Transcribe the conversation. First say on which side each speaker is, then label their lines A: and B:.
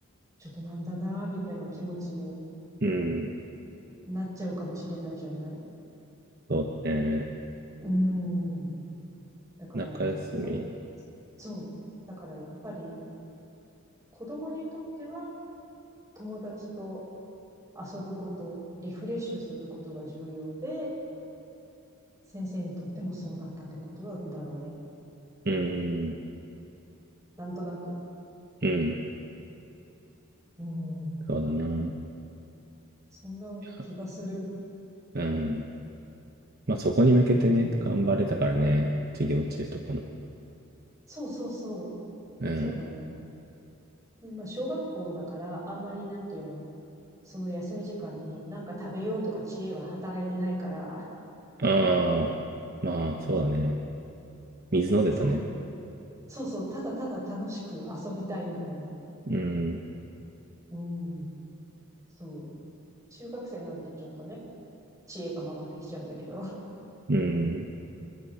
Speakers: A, on the right; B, on the right.
A: ちょっとなんだな、みたいな気持ちに
B: うん、
A: なっちゃうかもしれないじゃない
B: そうだね。
A: うん。だからね、
B: 中休み。
A: 友、そう。だからやっぱり子供にとっては友達と遊ぶこと、リフレッシュすることが重要で、先生にとってもそうだったってことなんだろうね。
B: うん、
A: なんとなく。
B: うん、
A: うん。
B: そうだな。い
A: そんな気がする。
B: や、うん。まあ、そこに向けてね、
A: うん。
B: 頑張れたからね、授業中とかも。
A: そうそうそう。
B: うん。
A: そうなの。でまあ、小学校だから、あんまりなんていうの、その休み時間に何か食べようとか知恵は働いてないから、
B: ああ、
A: <laughs>
B: まあ、そうだね。水飲んでたね。
A: そう、そうそう、ただただ楽しく遊びたいみたいな。
B: うん。
A: うん、そう。中学生になるとちょっとね、知恵が回ってきちゃうんだけど、
B: うん。